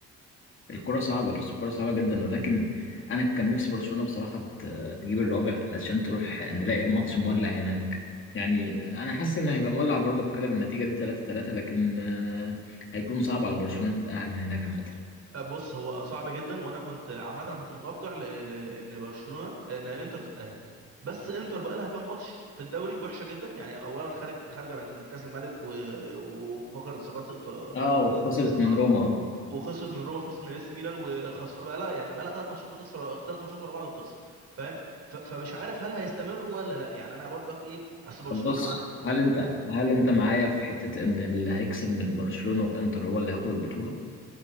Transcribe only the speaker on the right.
آه، بص هو صعب جدا وانا كنت عامه انا كنت متوقع ل- ل- ان برشلونه ان انتر تتاهل بس انتر بقى لها كام ماتش في الدوري وحشه جدا يعني اولا خارج خارجه من من كاس الملك و- وفقدت صدارة ف-
فقدت الصداره
وخسرت من روما خسرت من اس ميلان وخسر بقى لها يعني بقى لها ثلاث ماتشات بتخسر ثلاث ماتشات ورا بعض بتخسر فاهم ف- فمش عارف هل هيستمروا ولا لا يعني انا برضك ايه اصل برشلونه
معلش